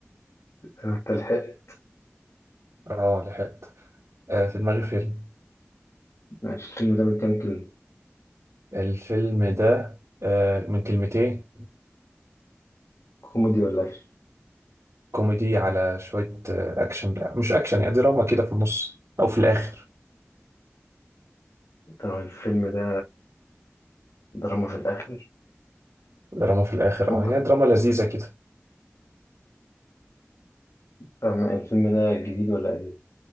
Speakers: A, on the left; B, on the right.
A: انت لحقت
B: اه لحقت آه، في دماغي فيلم
A: ماشي الفيلم ده من كام كلمة
B: الفيلم ده آه، من كلمتين
A: كوميدي ولا اكشن
B: كوميدي على شوية آه، أكشن لا، مش أكشن يعني دراما كده في النص أو في الآخر
A: طب الفيلم ده دراما في الاخر
B: دراما في الآخر
A: ممكن
B: أه يعني دراما لذيذة كده
A: طب الفيلم ده جديد ولا قديم